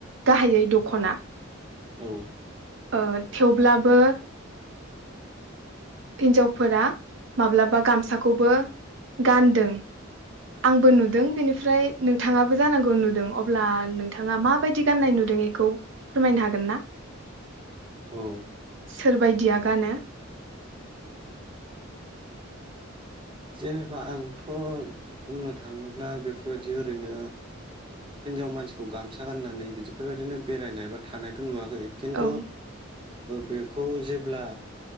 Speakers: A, on the right (about 65°); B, on the right (about 25°).
A: गाहायै दख'ना
B: औ
A: ओ थेवबो लाबो हिन्जावफोरा माब्लाबा गामसाखौबो गानदों आंबो नुदों बेनिफ्राय नोंथाङाबो जानांगौ नुदों अब्ला नोंथाङा माबायदि गाननाय नुदों बेखौ फोरमायनो हागोन ना?
B: औ
A: सोरबायदिया गानो?
B: जेनेबा आंथ बुंनो थाङोब्ला बेफोरबायदि ओरैनो हिनजाव मानसिखौ गामसा गाननानै बिदिफोरबायदिनो बेरायनाय बा थानायथ नुवा खै खेन्थु
A: औ
B: बेखौ जेब्ला